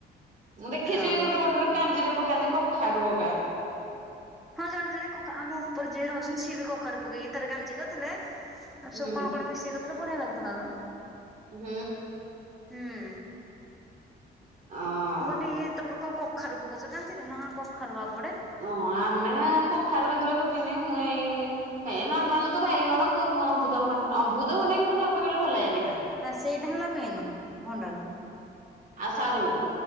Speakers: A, on the right; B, in the centre.
A: ମୁଁ ଦେଖିଛି
B: ଆଉ
A: ଗୋଟେ ଗୋଟେରେ କାଞ୍ଜିରେ ପକାନ୍ତି କଖାରୁୁ ହକା।
B: ହଁ ଜଣେ ଜଣେ କକା ଆମ ଉପରେ ଯିଏ ରହୁଛନ୍ତି ସିଏ ବି କଖାରୁ ପକେଇକି ଥରେ କାଞ୍ଜି କରିଥିଲେ ଆଉ
A: ହୁଁ
B: ସବୁ କଣ କଣ ମିଶେଇ କରିଥିଲେ ବଢିଆ ଲାଗୁଥେଲା ତ।
A: ହୁଁ।
B: ମୁଁ
A: ଆ ଅଁ
B: ମୁଁ <unintelligible> ଟିକି ତମର କଁ କଖାରୁ ପକଉଚ କାଞ୍ଜିରେ ନା ହଁ କଖାରୁ ବା ପଡେ।
A: ଓହୋ ଆମେ ବା କଖାରୁ କେତେବେଳେ ପକେଇନି ମୁଁ ଏଇ ଏ ନର୍ମାଲ୍ ତ ବାଇଗଣ କୋବୁ ଅବୁଂତଭନ୍ ଅବୁଂତଭଣ୍ଡା କିନ୍ତୁ ନ ପକେଇଲେ ଭଲ ଲାଗେନି କାନ୍
B: ହଁ ସେଇଟା ହେଲା ମେନ ଭଣ୍ଡାଟା।
A: ଆଉ ସାରୁ।